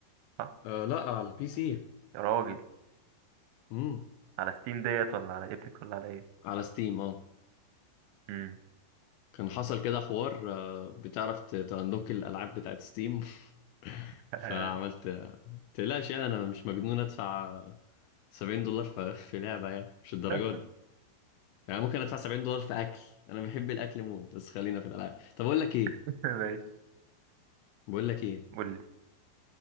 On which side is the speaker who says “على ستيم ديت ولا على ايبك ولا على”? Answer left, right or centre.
Right